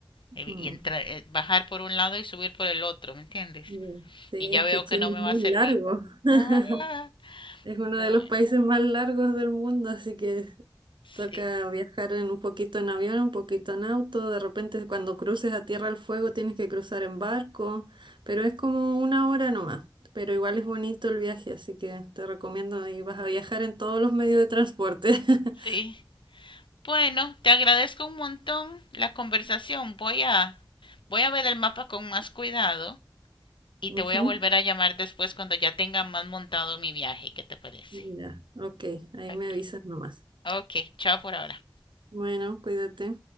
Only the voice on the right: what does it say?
Mm,
ya. Sí,
es
que Chile
es muy
largo. <laughs>
Es uno
de los países más largos del mundo, así que
toca viajar en un poquito en avión, un poquito en auto. De repente, cuando cruces a Tierra del Fuego, tienes que cruzar en barco, pero es como una hora nomás. Pero igual es bonito el viaje, así que te recomiendo y vas a viajar en todos los medios de transporte. <laughs>
Ujú.
Ya, ok, ahí
me avisas nomás.
Bueno, cuídate.